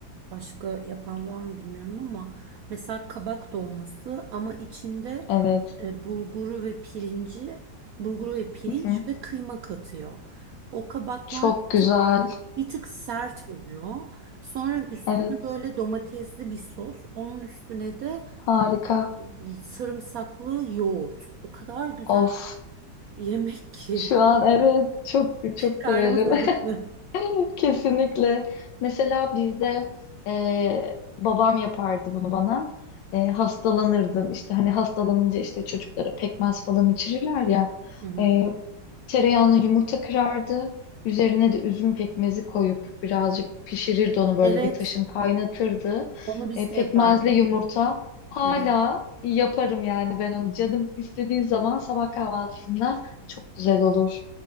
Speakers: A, on the right; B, on the left.
A: Başka yapan var mı bilmiyorum ama mesela kabak dolması ama içinde
B: Evet.
A: e, bulguru ve pirinci, bulguru ve pirinç
B: Hı hı.
A: ve kıyma katıyor. O kabaklar
B: Çok güzel.
A: tık
B: <laughs>
A: Bir tık sert oluyor. Sonra üstüne
B: Evet.
A: böyle domatesli bir sos. Onun üstüne de
B: Harika.
A: e, sarımsaklı yoğurt. O kadar güzel
B: Of.
A: bir yemek ki.
B: Şu an evet çok çok
A: <laughs> Karnımız
B: severim.
A: acıktı.
B: <laughs> Kesinlikle. Mesela bizde e, babam yapardı bunu bana. E, hastalanırdım işte hani hastalanınca işte çocuklara pekmez falan içirirler ya.
A: Hı hı.
B: E, tereyağına yumurta kırardı. Üzerine de üzüm pekmezi koyup birazcık pişirirdi onu böyle
A: Evet,
B: bir taşım kaynatırdı.
A: onu biz
B: E, pekmezli
A: de yapardık.
B: yumurta hala
A: Evet.
B: yaparım yani ben onu canım istediği zaman sabah kahvaltısında çok güzel olur.